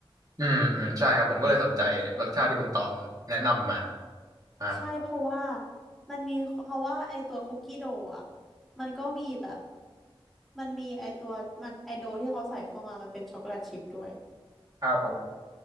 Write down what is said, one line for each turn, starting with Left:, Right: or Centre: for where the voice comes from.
Right: อืมอืมใช่ครับผมก็เลยสนใจรสชาติที่คุณตองแนะนำมาอ่า
Centre: ใช่เพราะว่ามันมีเพราะว่าไอตัวคุกกี้โดอ่ะมันก็มีแบบ มันมีไอตัวมันไอโดที่เขาใส่เข้ามามันเป็นช็อกโกแลตชิพด้วย
Right: ครับผม